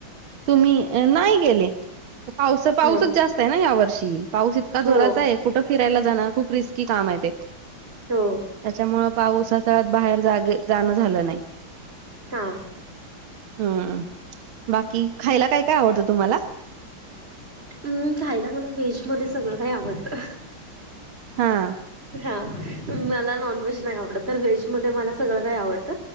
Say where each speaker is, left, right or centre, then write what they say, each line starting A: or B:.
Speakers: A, on the right; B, on the right.
A: तुम्ही नाही गेले पाऊस पाऊसच
B: हा
A: जास्त आहे ना यावर्षी पाऊस इतका
B: हो
A: जोराचा आहे फिरायला जाणार रिस्की काम आहे ते
B: हो
A: त्याच्यामुळे पाऊस आता बाहेर जागे जाण झालं नाही-
B: हां
A: हं बाकी खायला काय काय आवडत तुम्हाला
B: हं खायला मला व्हेज मध्ये सगळ काही आवडत
A: हां
B: हाऊ मला नॉनव्हेज नाही आवडत तर व्हेज मध्ये मला सगळ आवडत